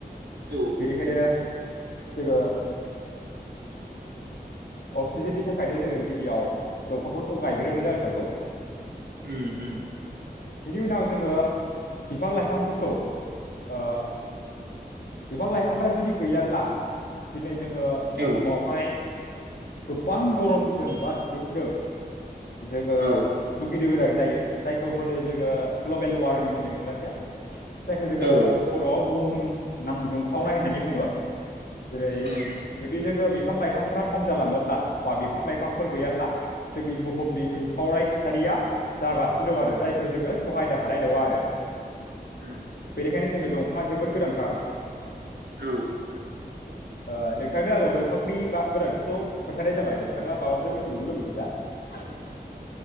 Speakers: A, on the right (about 75°); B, on the left (about 70°).
A: औ
B: बेनिखायनो जोङो अक्सिजेननि थाखायनो जोङो गिबियाव दंफांफोरखौ गायग्रोनो जखागौ।
A: ओम ओम।
B: बेनि उनाव जोङो बिफां लाइफांफोरखौ ओ बिफां लाइफांफ्रा जुदि गैया ब्ला दिनै जोङो
A: औ
B: बुहुमावहाय गोबां गरमजों बा बिदुंजों जोङो
A: औ
B: बुगि गोनां जायो जायखौ होदो जोङो ग्लबेल वार्मिं होदो इंराजियाव। जायखौ जोङो
A: औ
B: बर' बुहुम नां दुंखावनाय होननानै बुङो जेरै
A: उम
B: जुदि जोङो बे बिफां लाइफांफोरा खम जालाङोब्ला बा बिफां लाइफांफोर गैयाब्ला जोंनि बुहुमनि दुंखावराय थासारिया जागासिनो दं आरो जायखौ जोङो सहायनो हानाय दङ आरो।
A: ओम।
B: बेखायनो जोंनो दंफाङा जोबोद गोनांथार।
A: औ।
B: ओ नोंथांनो आङो दंफांनि गोनांथिखौ खोथानाय जाबाय नोंथाङा माबाफोर मिथिबावनो लुबैबावदों ना?